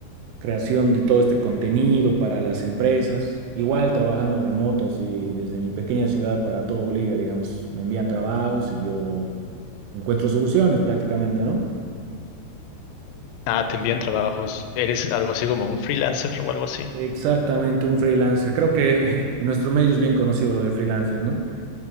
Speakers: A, on the right; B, on the left.
A: creación de todo este contenido para las empresas. Igual trabajando remoto, así desde mi pequeña ciudad para todo Bolivia, digamos, me envían trabajos y yo encuentro soluciones prácticamente, ¿no?
B: Ah, te envían trabajos. ¿Eres algo así como un freelancer o algo así?
A: Exactamente, un freelancer. Creo que <laughs> en nuestro medio es bien conocido lo de freelancer, ¿no?